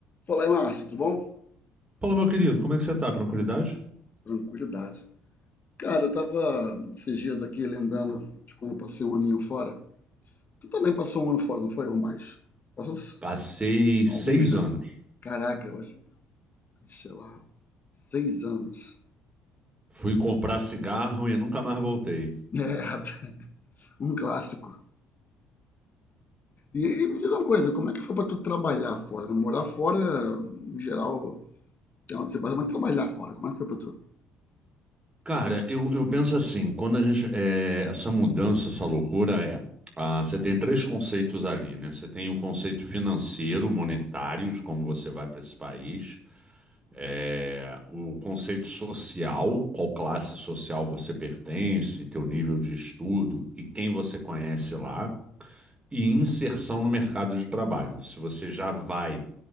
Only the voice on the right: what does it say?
Fala, meu querido, como é que você tá? Tranquilidade?
Passei seis
anos.
Fui comprar cigarro e nunca mais voltei.
Cara, eu, eu penso assim, quando a gente. é, essa mudança, essa loucura é. ah, você tem três conceitos ali, né? Você tem o conceito financeiro, monetário, de como você vai para esse país. é, o conceito social, qual classe social você pertence, teu nível de estudo e quem você conhece lá. E inserção no mercado de trabalho. Se você já vai